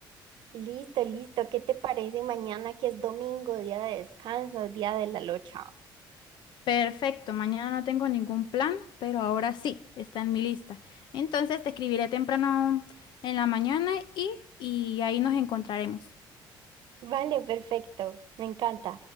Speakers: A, on the right; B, on the left.
A: Listo, listo, ¿qué te parece mañana que es domingo, día de descanso, día de la locha?
B: Perfecto, mañana no tengo ningún plan, pero ahora sí, está en mi lista. Entonces te escribiré temprano en la mañana y, y ahí nos encontraremos.
A: Vale, perfecto, me encanta.